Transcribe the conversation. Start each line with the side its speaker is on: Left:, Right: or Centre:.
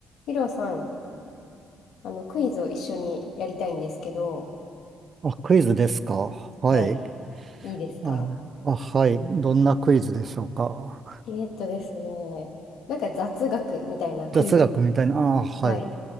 Left: ヒロさん、あの、クイズを一緒にやりたいんですけど、
Right: あ、クイズですか。はい。
Left: はい、いいですか
Right: あ、あ、はい。どんなクイズでしょうか。
Left: えーっとですね、なんか雑学みたいなクイズ。
Right: 雑学みたいな。あ、はい。
Left: はい。